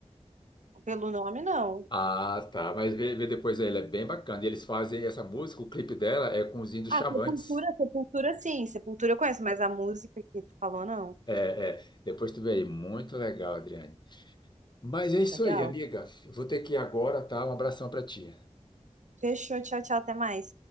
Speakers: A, on the right (about 80°); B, on the left (about 35°).
A: Pelo nome, não.
B: Ah, tá. Mas vê, vê depois aí, ele é bem bacana. E eles fazem essa música, o clipe dela é com os índios
A: Ah,
B: Chavantes.
A: Sepultura, Sepultura, sim. Sepultura eu conheço, mas a música que tu falou, não.
B: É, é. Depois tu vê aí. Muito legal, Adriane. Mas é isso
A: Legal.
B: aí, amiga. Eu Vou ter que ir agora, tá? Um abração pra ti.
A: Fechou, tchau, tchau, até mais.